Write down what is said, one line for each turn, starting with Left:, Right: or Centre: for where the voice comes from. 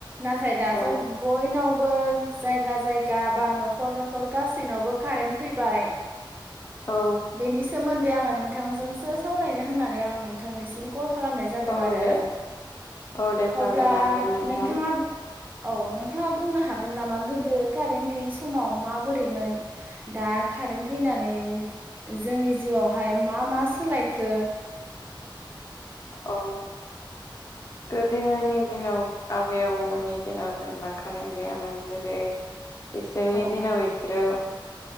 Right: नाथाय दाथ'
Left: औ
Right: बयनावबो जायगा जायगा बा न'खर न'खर गासैनावबो कारेन्ट फैबाय
Left: औ
Right: बेनि सोमोन्दै नोंथांजोंसो सावरायनो होननानै आं नोंथांनिसिम कल खालामनाय जादों
Left: औ
Right: आरो
Left: दे औ दे सावरायनो
Right: अब्ला
Left: हागोन नोंथां
Right: नोंथाङा औ नोंथांङा बुंनो हागोन नामा गोदो कारेन्ट गैयि समाव माबोरैमोन दा कारेन्ट फैनानै जोंनि जिउआवहाय मा मा सोलायखो
Left: अ गोदोनि दिनाव आबै आबौमोननि दिनाव जेनेबा कारेन्ट गैयामोन जेरै इसोरनि
Right: औ
Left: दिनाव इसोर